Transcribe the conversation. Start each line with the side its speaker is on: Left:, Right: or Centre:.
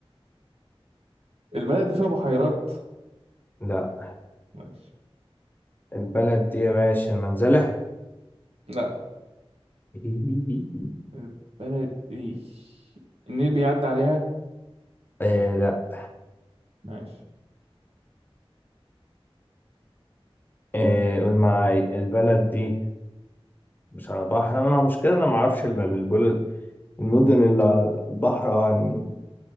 Right: البلد دي فيها بحيرات
Left: لا
Right: ماشي
Left: البلد دي يا باشا المنزلة
Right: لا
Left: <laughs>
Right: البلد دي النيل بيعدي عليها
Left: آه لا
Right: ماشي
Left: إيه قول معاي البلد دي مش على بحر انا مع مشكلة انا ما اعرفش إلا البلد المدن اللي على البحر او عني